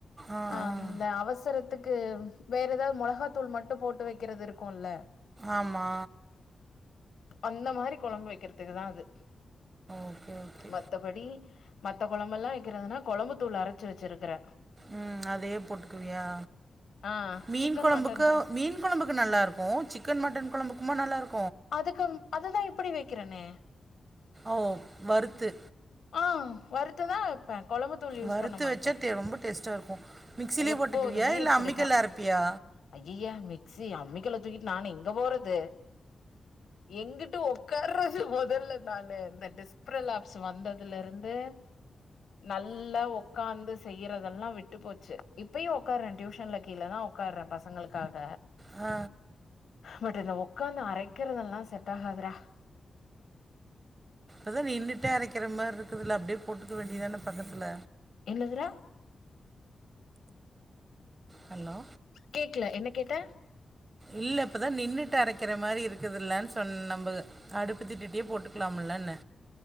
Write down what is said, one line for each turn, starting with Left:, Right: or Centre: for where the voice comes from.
Right: ஆ
Left: அ
Right: ஆ
Left: இந்த அவசரத்துக்கு வேற ஏதாவது மொளகாத்தூள் மட்டு போட்டு வைக்கிறது இருக்குல்ல
Right: ஆமா
Left: அந் த மாரி கொழம்பு வைக்கிறதுக்குதா அது
Right: ஓகே, ஓகே.
Left: மத்தபடி மத்த கொழம்பெல்லா வைக்கிறதுனா கொழம்பு தூள் அரைச்சு வச்சிருக்கற
Right: ம் அதே போட்டுக்குவியா
Left: ஆ
Right: மீன்
Left: சிக்கன்
Right: கொழம்புக்கு
Left: மட்டன் செ
Right: மீன் கொழம்புக்கு நல்லா இருக்கு, சிக்கன் மட்டன் கொழம்புக்குமா நல்லா இருக்
Left: அதுக்கு அதுதா இப்படி வை க்கிறனே
Right: ஓ வறுத்து
Left: ஆ வறுத்துதா வைப்பே கொழம்புத்தூள் யூஸ்
Right: வறுத்து
Left: பண்ண மாட்டே
Right: வச்சா டே ரொம்ப டேஸ்ட்டா இருக்கும். மிக்ஸிலயே
Left: எப்போதுமே
Right: போட்டுக்குவியா? இல்ல
Left: இப்டிதா
Right: அம்மிக்கல்ல அரைப்பியா?
Left: அய்யய்யா மிக்சி அமி அம்மிக்கல்ல தூக்கிட்டு நானு எங்க போறது எங்குட்ட ஒக்கார்றது மொதல்ல நானு இந்த டிஸ்பிரல் ஆப்ஸ் வந்ததுல இருந்து நல்லா ஒக்காந்து செய்யிறதெல்லா விட்டு போச்சி இப்பயு ஒக்கார்றே டியூஷன்ல கீழே தா ஒக்கார்றே பசங்களுக்காக
Right: ஆ
Left: பட் இத ஒக்காந்து ஆரக் கிறதெல்லா செட் ஆகது ரா
Right: அதா நீ நின்னுட்டே அரக்கிற மார்ருக்குதுல்ல அப்டியே போட்டுக்க வேண்டியதான பக்கத்துல
Left: என்னதுரா
Right: ஹலோ!
Left: கேக்ல எனக் கேட்ட
Right: இல்ல இப்ப தா நின்றுட்டு அரக்கிற மாதிரி இருக்குதில்லனு சொன்ன நம்ப அடுப்பு திட்டிட்டியே போட்டுக்குலாம் இன்ன